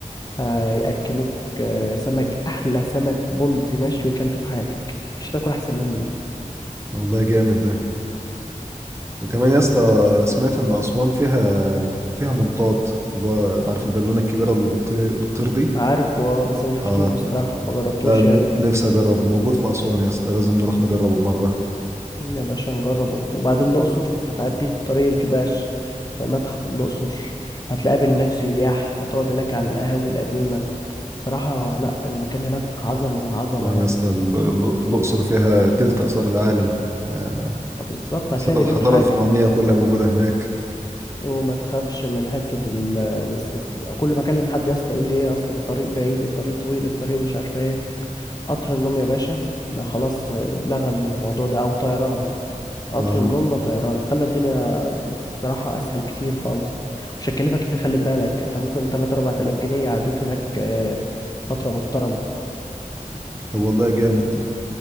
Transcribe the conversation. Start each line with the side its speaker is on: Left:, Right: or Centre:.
Left: هيأكلوك آه، سمك أحلى سمك بلطي مشوي أكلته في حياتك مش هتاكل أحسن منه
Right: والله جامد ده وكمان يا اسطى سمعت ان اسوان فيها فيها منطاد اللي هو عارف البالونة الكبيرة اللي بتطي- بتطير دي
Left: عارف اه بس ما شفتوش
Right: اه
Left: بصراحة ما جربتوش
Right: ده ن-
Left: يعني
Right: نفسي اجربه موجود في اسوان يا اسطى لازم نروح نجربه مرة
Left: يا باشا نجربه وبعدين الأقصر هتعدي طريق الكباش متحف الأقصر هتلاقي هناك سياح هتقعد هناك على القهاوي القديمة صراحة لا المكان هناك عظمة العظمة
Right: تمام
Left: يعني
Right: يا اسطى ال- ال- الأقصر فيها تلت آثار العالم آه،
Left: آه، بالظبط هتلاقي
Right: آثار
Left: مليون
Right: الحضارة
Left: حاجة
Right: الفرعونية كلها موجودة هناك
Left: وما تخافش من حتة ال بس- بس- كل ما أكلم حد يا اسطى يقول لي إيه أصل الطريق بعيد الطريق طويل الطريق مش عارفة إيه قطر النوم يا باشا ما خلاص آه، لغى الموضوع ده أو طيران قطر
Right: اه
Left: النوم لا طيران خلى الدنيا بصراحة أسهل كتير خالص مش هتكلفك كتير خلي بالك أنت ممكن تلات أربع تلاف جنيه يقعدوك هناك آه، فترة محترمة
Right: طب والله جامد